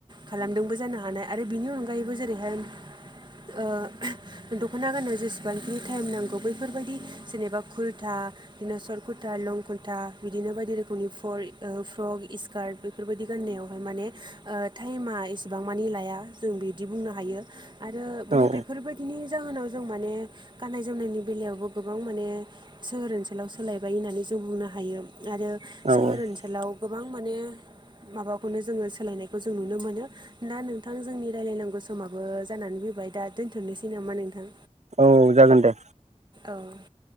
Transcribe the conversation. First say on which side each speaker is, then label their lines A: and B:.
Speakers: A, on the right; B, on the right.
A: खालामदोंबो जानो हानाय आरो बिनि अनगायैबो जेरैहाय ओ दख'ना गाननायाव जेसेबांखिनि थाइम नांगौ बैफोरबायदि जेनेबा कुर्था बिदिनो सर कुरटा लं कुरटा बिदिनो बायदि रोखोमनि फल ओ फ्रक इस कार्ड बेफोरबायदि गाननायावहाय माने ओ थाइमा एसेबां मानि लाया जों बिदि बुंनो हायो। आरो माने
B: औ
A: बेफोरबायदिनि जाहोनाव जों माने गाननाय जोमनायनि बेलायावबो गोबां माने सोहोर ओनसोलाव सोलायबाय होननानै जों बुंनो हायो आरो
B: औ
A: सोहोर
B: औ
A: ओनसोल लाव गोबां माने माबाखौनो जोङो सोलायनायखौ जों नुनो मोनो दा नोंथां जोंनि रायलायनांगौ समाबो जानानै फैबाय दा दोनथ'नोसै नामा नोंथां?
B: औ जागोन दे
A: औ